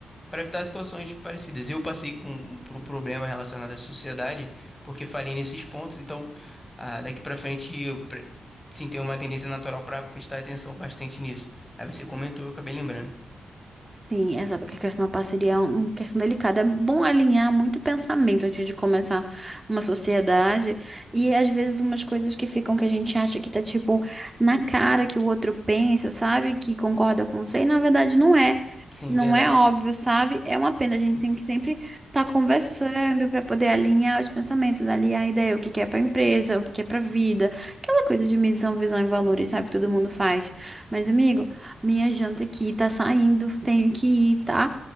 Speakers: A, on the left; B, on the right.
A: para evitar situações parecidas. Eu passei com, por um problema relacionado à sociedade, porque falhei nesses pontos, então ah, daqui para frente eu pre- sim tenho uma tendência natural para prestar atenção bastante nisso. Aí você comentou, eu acabei lembrando.
B: Sim, exato, porque a questão da parceria é um, uma questão delicada. É bom alinhar muito pensamento antes de começar uma sociedade. E é, às vezes umas coisas que ficam que a gente acha que tá tipo na cara que o outro pensa, sabe? Que concorda com você, e na verdade não é.
A: Sim,
B: Não
A: verdade.
B: é óbvio, sabe? É uma pena, a gente tem que sempre estar conversando para poder alinhar os pensamentos, alinhar a ideia, o que que é para empresa, o que que é para vida, aquela coisa de missão, visão e valores, sabe? Que todo mundo faz. Mas, amigo. Minha janta aqui tá saindo, tenho que ir, tá?